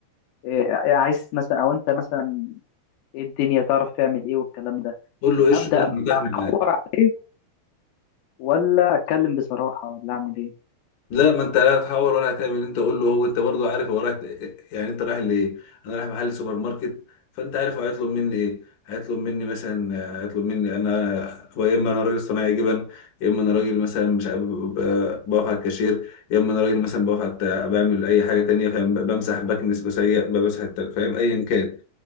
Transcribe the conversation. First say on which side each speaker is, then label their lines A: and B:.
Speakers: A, on the left; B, on the left.
A: إيه إيه، عايز مثلا او انت مثلا ايه الدنيا تعرف تعمل ايه والكلام ده
B: قول له ايه الشغل
A: ابدا
B: المتاح
A: ادور
B: معاك
A: عليه ولا اتكلم بصراحه ولا اعمل ايه
B: لا ما انت لا هتحور ولا هتعمل انت قول له هو انت برضو عارف هو رايح يعني انت رايح لايه انا رايح محل سوبر ماركت فانت عارف هو هيطلب مني ايه هيطلب مني مثلا هيطلب مني انا هو يا اما انا راجل صناعي جبن يا اما انا راجل مثلا مش عارف ب- ب- بقف على الكاشير يا اما انا راجل مثلا بقف على الت- بعمل اي حاجه تانية فاهم بمسح بكنس بسيق بمسح التل- فاهم ايا كان